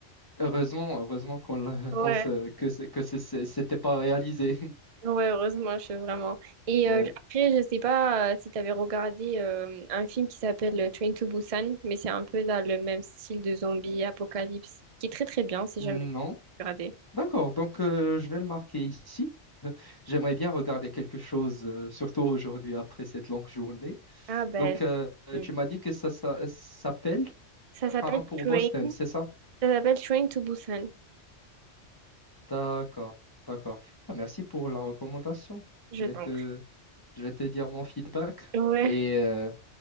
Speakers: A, on the left; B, on the right.
A: heureusement, heureusement qu'on l'a-
B: Ouais.
A: qu'on se- que, ce- que ce- ce- c'était pas réalisé. <laughs>
B: Ouais, heureusement, je vraiment. Et
A: Ouais.
B: euh, après, je sais pas euh, si tu avais regardé euh, un film qui s'appelle euh, Train to Busan, mais c'est un peu dans le même style de zombie apocalypse, qui est très très bien si
A: Non.
B: jamais tu veux regarder.
A: D'accord, donc euh, je vais le marquer ici. <laughs> J'aimerais bien regarder quelque chose, euh, surtout aujourd'hui après cette longue journée.
B: Ah ben,
A: Donc, euh,
B: hmm.
A: tu m'as dit que ça, ça s'appelle
B: ça s'appelle
A: Train pour
B: Train,
A: Boston, c'est ça?
B: ça s'appelle Train to Busan.
A: D'accord, d'accord. Bah, merci pour la recommandation.
B: Je
A: Je vais
B: t'en
A: te,
B: prie.
A: je vais te dire mon feedback.
B: Ouais.
A: Et euh,